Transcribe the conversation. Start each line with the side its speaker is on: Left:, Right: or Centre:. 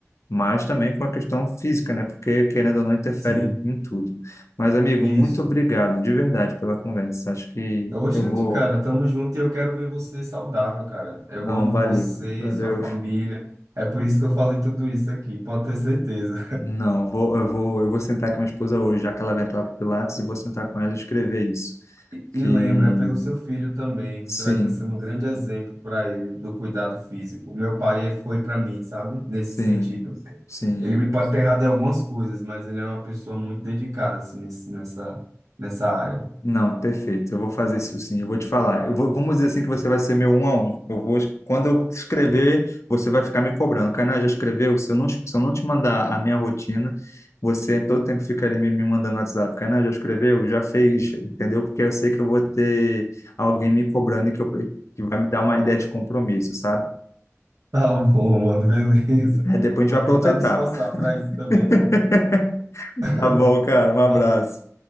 Left: mas também com a questão física, né? Porque, querendo ou não, interfere
Right: Sim,
Left: em, em tudo. Mas, amigo,
Right: isso.
Left: muito obrigado, de verdade, pela conversa. Acho que
Right: Oxente,
Left: eu vou.
Right: cara, tamo junto e eu quero ver você saudável, cara. Eu
Left: Não,
Right: amo
Left: valeu.
Right: você,
Left: Valeu.
Right: sua família. É por isso que eu falei tudo isso aqui, pode ter certeza.
Left: Não, vou, eu vou, eu vou sentar com a minha esposa hoje, já que ela vai entrar para Pilates, e vou sentar com ela e escrever isso.
Right: E
Left: Que
Right: lembra, pelo seu filho também, você
Left: sim,
Right: vai estar sendo um grande exemplo para ele do cuidado físico. O meu pai ele foi para mim, sabe? Nesse
Left: sim,
Right: sentido.
Left: sim.
Right: Ele me pode ter errado em algumas coisas, mas ele é uma pessoa muito dedicada assim, nesse- nessa, nessa área. <laughs>
Left: Não, perfeito. Eu vou fazer isso sim. Eu vou te falar. Eu vou, vamos dizer assim que você vai ser meu um a um. Eu vou, quando eu escrever, você vai ficar me cobrando. Kainá, já escreveu? Se eu não, se eu não te mandar a minha rotina, você todo tempo fica ali me, me mandando WhatsApp. Kainá, já escreveu? Já fez? Entendeu? Porque eu sei que eu vou ter alguém me cobrando e que, eu, que vai me dar uma ideia de compromisso, sabe?
Right: Tá bom, mano, beleza.
Left: Aí depois a
Right: Vou
Left: gente vai
Right: tentar
Left: para outra etapa.
Right: me esforçar para isso também.
Left: <laughs>
Right: <laughs>
Left: Tá bom, cara. Um abraço.
Right: Vai,